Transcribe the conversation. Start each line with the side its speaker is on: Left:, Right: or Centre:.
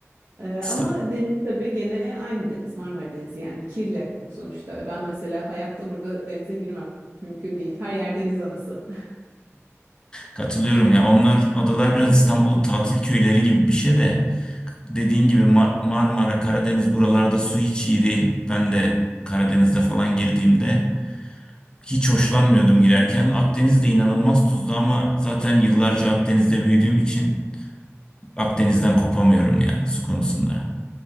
Right: Ee, ama
Left: İsta-
Right: deniz tabii gene aynı deniz Marmara Denizi yani kirli sonuçta. Ben mesela hayatta burada denize girmem. Mümkün değil. Her yer deniz anası. <laughs>
Left: Katılıyorum ya. Onlar adalar biraz İstanbul'un tatil köyleri gibi bir şey de dediğin gibi Mar- Marmara, Karadeniz buralarda su hiç iyi değil. Ben de Karadeniz'de falan girdiğimde hiç hoşlanmıyordum girerken. Akdeniz de inanılmaz tuzlu ama zaten yıllarca Akdeniz'de büyüdüğüm için Akdeniz'den kopamıyorum ya su konusunda.